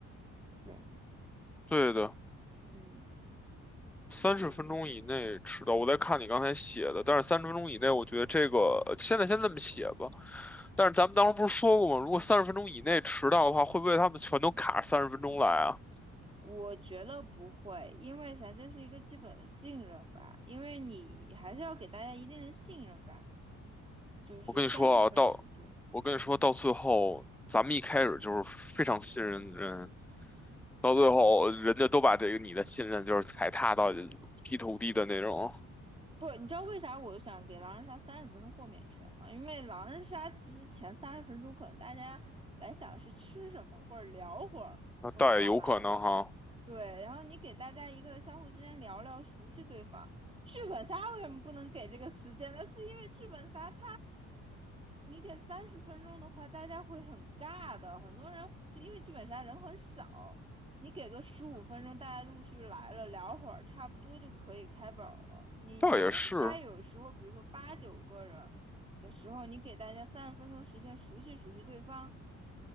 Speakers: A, on the right (about 20°); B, in the centre.
A: 对，
B: 对的，
A: 嗯，
B: 三十分钟以内迟到。
A: 对。就
B: 我在看你刚才写的，但是三十分钟以内，我觉得这个呃现在先这么写吧。但是咱们当时不是说过吗？如果三十分钟以内迟到的话，会不会他们全都卡三十分钟来啊？
A: 我觉得不会，因为啥，这是一个基本的信任吧，因为你还是要给大家一定的信任感，就是三十分钟，
B: 我跟你说啊，到我跟你说到最后，
A: 对，
B: 咱们一开始就是非常信任人，到最后人家都把这个你的信任就是踩踏到劈头地的那种，
A: 不，你知道为啥我想给狼人杀三十分钟豁免权吗？因为狼人杀其实前三十分钟可能大家来想是吃什么，或者聊会儿，
B: 那倒也有可能哈，
A: 或者干嘛的，对，然后你给大家一个相互之间聊聊，熟悉对方。剧本杀为什么不能给这个时间呢？是因为剧本杀它你给三十分钟的话，大家会很尬的，很多人就因为剧本杀人很少，你给个十五分钟，大家陆续来了，聊会儿，差不多就可以开本了。你狼人杀有时候，
B: 倒也是，
A: 比如说八九个人的时候，你给大家三十分钟时间熟悉熟悉对方，